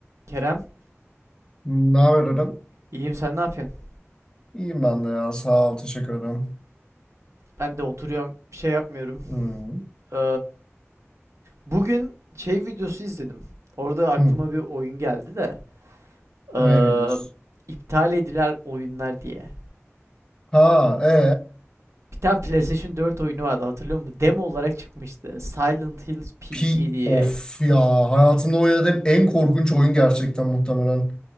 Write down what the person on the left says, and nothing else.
Ne haber Eren?
İyiyim ben de ya. Sağ ol. Teşekkür ederim.
Hmm.
Hmm.
Ne videosu?
Ha, e.
Pi
of ya. Hayatımda oynadığım en korkunç oyun gerçekten muhtemelen.